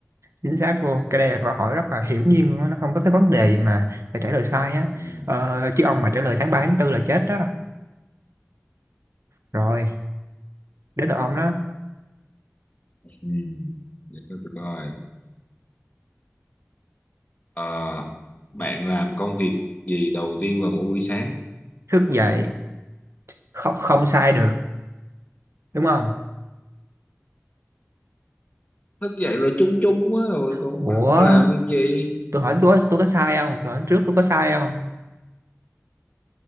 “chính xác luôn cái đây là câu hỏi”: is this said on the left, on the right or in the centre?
Right